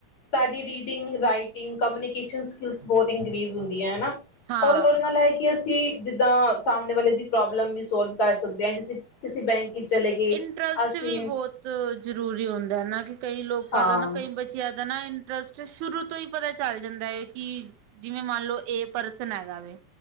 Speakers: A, on the left (about 45°); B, on the right (about 75°).
A: ਸਾਡੀ ਰੀਡਿੰਗ, ਰਾਈਟਿੰਗ। ਵੀ ਕਮਿਊਨੀਕੇਸ਼ਨ ਸਕਿਲਸ ਬਹੁਤ ਇੰਕਰੀਜ਼ ਹੁੰਦੀ ਹੈ, ਹਨਾ
B: ਹਾਂ
A: ਔਰ ਮੰਨ ਲਾ ਇੱਕ। ਕਿ ਅਸੀਂ ਜਿੱਦਾਂ ਸਾਹਮਣੇ ਵਾਲੇ ਦੀ ਪ੍ਰੋਬਲਮ ਵੀ ਸੋਲਵ ਕਰ ਸਕਦੇ ਹਾਂ, ਅਸੀਂ ਕਿਸੇ ਬੈਂਕ। ਕਿ ਚਲੇ ਗਏ।
B: ਇੰਟਰਸਟ
A: ਅਸੀਂ
B: ਵੀ ਬਹੁਤ ਜ਼ਰੂਰੀ ਹੁੰਦਾ ਨਾ ਕਿ ਕਈ ਲੋਕਾਂ
A: ਹਾਂ
B: ਦਾ ਨਾ ਕਈ ਬੱਚੇ। ਜਿਆਦਾ ਨਾ ਇੰਟਰਸਟ ਸ਼ੁਰੂ ਤੋਂ ਹੀ ਪਤਾ ਚੱਲ ਜਾਂਦਾ ਹੈ, ਕਿ। ਜਿਵੇਂ ਮੰਨ ਲਓ ਏ ਪਰਸਨ ਹੈਗਾ ਵੇ।